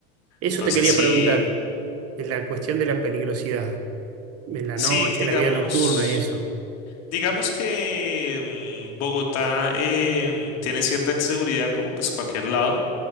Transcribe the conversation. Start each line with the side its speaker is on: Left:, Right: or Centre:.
Right: Eso
Left: Entonces
Right: te quería
Left: sí,
Right: preguntar, la cuestión de la peligrosidad, de la
Left: sí,
Right: noche,
Left: digamos.
Right: la vida nocturna y eso.
Left: Digamos que mm, Bogotá em, tiene cierta inseguridad como pues cualquier lado.